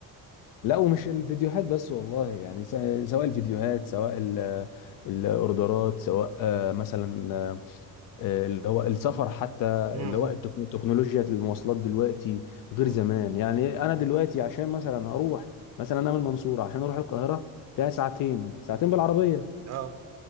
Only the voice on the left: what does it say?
لا ومش الفيديوهات بس والله يعني س- سواء الفيديوهات سواء ال- الاوردرات سواء آه، مثلا آه، اللي هو السفر حتى
اللي هو التكنو- تكنولوجيا المواصلات دلوقتي غير
زمان يعني انا دلوقتي عشان مثلا هروح مثلا انا من المنصورة عشان اروح القاهرة فيها ساعتين ساعتين بالعربية